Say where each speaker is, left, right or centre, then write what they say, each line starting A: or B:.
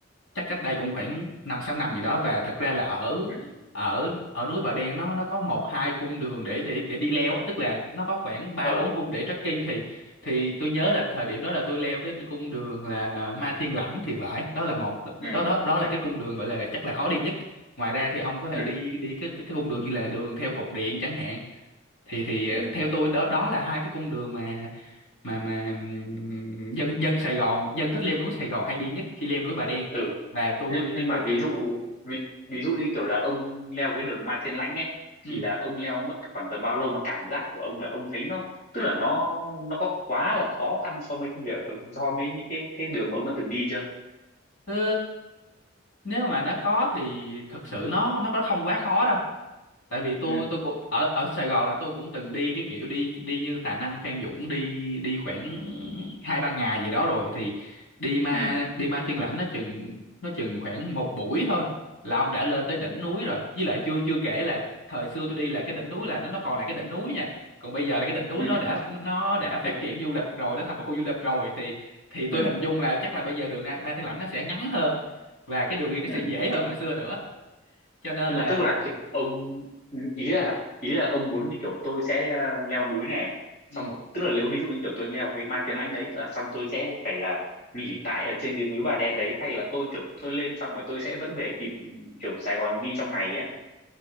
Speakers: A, on the left; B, on the left.
A: chắc cách đây cũng khoảng năm sáu năm gì đó và thật ra là ở
B: ừ.
A: ở ở núi Bà Đen nó nó có một hai cung đường để để để đi leo á. tức là nó có khoảng ba
B: ờ
A: bốn cung để trekking thì thì tôi nhớ là thời điểm đó là tôi leo cái cung đường là Ma Thiên Lãnh thì phải đó là một
B: ừ.
A: đó đó đó là cái cung đường gọi là chắc là khó đi nhất ngoài ra thì ông có thể
B: ừ.
A: đi đi cái cái, cái cung đường như là đường theo cột điện chẳng hạn thì thì
B: ừ.
A: theo tôi đó đó là hai cái cung đường mà mà mà ừm, dân dân Sài Gòn dân thích leo núi Sài Gòn hay đi nhất khi leo núi Bà Đen
B: ừ.
A: và tôi
B: nhưng nhưng
A: tôi
B: mà ví dụ ví, ví dụ như kiểu là ông leo cái đường Mai Thiên Lãnh ấy
A: ừ.
B: thì là ông leo mất khoảng tầm bao lâu mà cảm giác của ông là ông thấy nó tức là nó nó có quá là khó khăn so với cái việc ừ, so với những cái cái đường mà ông đã từng đi chưa
A: Ờ, nếu mà nó khó thì thực sự nó nó nó không quá khó đâu tại vì tôi
B: ừ
A: tôi cũng ở ở Sài Gòn là tôi cũng từng đi cái kiểu đi đi như Tà Năng Phan Dũng đi đi khoảng hai ba ngày gì đó rồi thì đi ma
B: ừ
A: đi ma Thiên Lãnh nó chừng nó chừng khoảng một buổi thôi là ông đã lên tới đỉnh núi rồi với lại chưa chưa kể là thời xưa tôi đi là cái đỉnh núi là nó nó còn là cái đỉnh núi nha còn bây giờ là cái đỉnh núi
B: ừ
A: nó đã nó đã
B: <laughs>
A: phát triển du lịch rồi nó thành một khu du lịch rồi thì thì tôi
B: ừ
A: hình dung là chắc là bây giờ đường Nam- Ma Thiên Lãnh nó sẽ ngắn hơn và cái đường đi nó sẽ
B: ừ
A: dễ hơn hồi xưa nữa cho nên
B: nhưng
A: là
B: mà tức
A: là
B: là kiểu ông ý là ý là ông muốn như kiểu tôi sẽ ờ, leo núi này
A: ừ.
B: xong rồi, tức là nếu ví dụ như kiểu tôi leo cái Ma Thiên Lãnh đấy là xong tôi sẽ phải là nghỉ tại ở trên cái núi Bà Đen đấy hay là tôi kiểu tôi lên xong rồi tôi sẽ vẫn về kịp ừ, kiểu Sài Gòn đi trong ngày ấy